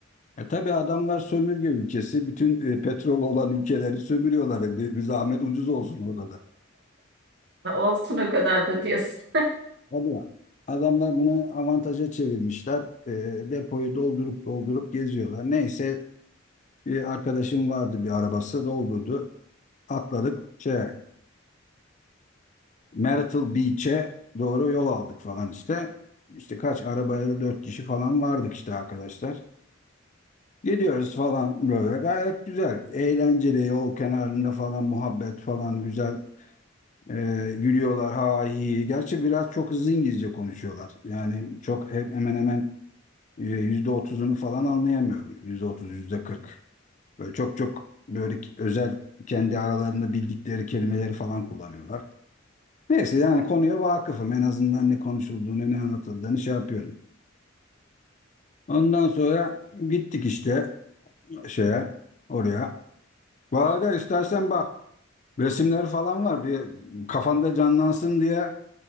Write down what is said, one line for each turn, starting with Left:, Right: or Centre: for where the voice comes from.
Left: E tabii adamlar sömürge ülkesi. Bütün e, petrol olan ülkeleri sömürüyorlar. E, Bir, bir zahmet ucuz olsun orada da.
Right: Olsun o kadar da diyorsun.
Left: Tabii. Adamlar bunu avantaja çevirmişler. E, depoyu doldurup doldurup geziyorlar. Neyse bir arkadaşım vardı bir arabası doldurdu. Atladık şey Myrtle Beach'e doğru yol aldık falan işte. İşte kaç arabayla dört kişi falan vardık işte arkadaşlar. Gidiyoruz falan böyle gayet güzel. Eğlenceli yol kenarında falan muhabbet falan güzel. Ee, gülüyorlar ha hi. Gerçi biraz çok hızlı İngilizce konuşuyorlar. Yani çok hep hemen hemen e, yüzde otuzunu falan anlayamıyorum. Yüzde otuz, yüzde kırk. Böyle çok çok böyle özel kendi aralarında bildikleri kelimeleri falan kullanıyorlar. Neyse yani konuya vakıfım. En azından ne konuşulduğunu, ne anlatıldığını şey yapıyorum. Ondan sonra gittik işte şeye, oraya. Valla istersen bak resimleri falan var. Bir kafanda canlansın diye